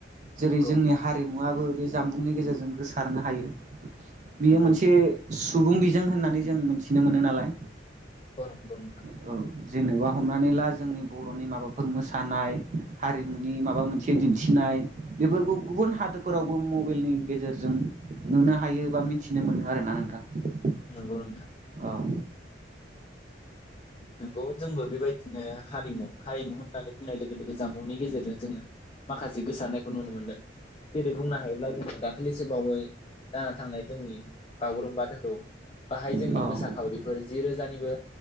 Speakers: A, on the right; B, on the left.
A: जेरै
B: नंगौ
A: जोंनि हारिमुवाबबो बे जामबुंनि गेजेरजों गोसारनो हायो बियो
B: नंगौ
A: मोनसे सुबुं बिजों होननानै जों मिथिनो मोनो नालाय
B: औ नंगौ नोथां।
A: औ जेनेबा हमनानै ला जोंनि बर'नि माबाफोर मोसानाय हारिमुनि माबा मोनसे दिन्थि नाय बेफोरखौ गुबुन हादोरफोरावबो मबाइलनि गेजेरजों नुनो हायो बा मिथिनो मोनो। नो आरो ना नोंथां।
B: नंगौ नोंथां
A: औ औ
B: नोंगौ जोंबो बेबायदिनो हारिमु हारिमु होननानै बुंनाय लोगो लोगो जामबुंनि गेजेरजों जोङो माखासे गोसारनायखौ नुनो मोन्दों जेरै बुंनो हायोब्ला जोङो दाखालिसो बावै जाना थांनाय जोंनि बागुरुम्बा दोहौव बाहाय जोंनि
A: औ
B: मोसाखावरिफोर
A: औ
B: जि रोजानिबो